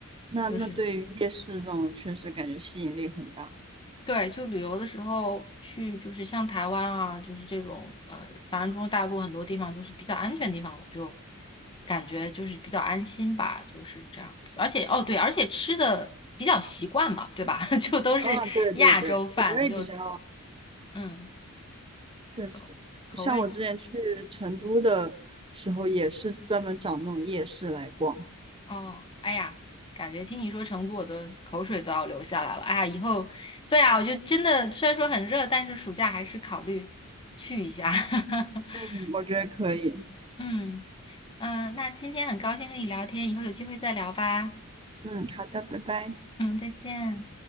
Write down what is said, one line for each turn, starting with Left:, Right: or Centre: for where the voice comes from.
Right: 那那对于夜市这种确实感觉吸引力很大。
Left: 就是对，就旅游的时候去，就是像台湾啊，就是这种呃，当然中国大陆很多地方就是比较安全的地方，我就感觉就是比较安心吧，就是这样子。而且哦对，而且吃的比较习惯吧，对吧？<laughs> 就都是亚洲饭，
Right: 啊，对对对，口味比较。
Left: 就嗯。
Right: 确实，
Left: 口口味
Right: 像我之前去成都的时候，也是专门找那种夜市来逛。
Left: 哦，哎呀，感觉听你说成都，我的口水都要流下来了。哎呀，以后对啊，我就真的虽然说很热，但是暑假还是考虑去一下。<laughs>
Right: 嗯，我觉得可以。
Left: 嗯嗯、呃那今天很高兴和你聊天，以后有机会再聊吧。
Right: 嗯，好的，拜拜。
Left: 嗯，再见。